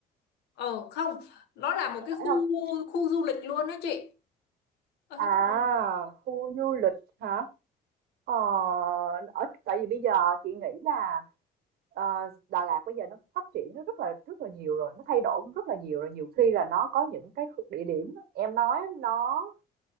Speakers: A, on the left; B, on the right.
A: ờ không nó là một
B: phải
A: cái
B: không
A: khu khu du lịch luôn đó chị ờ sao
B: à
A: tự nhiên
B: khu du lịch hả Ờ, ở tại vì bây giờ chị nghĩ là ờ, Đà Lạt bây giờ nó phát triển nó rất là rất là nhiều rồi nó thay đổi cũng rất là nhiều rồi nhiều khi là nó có những cái khu- địa điểm em nói nó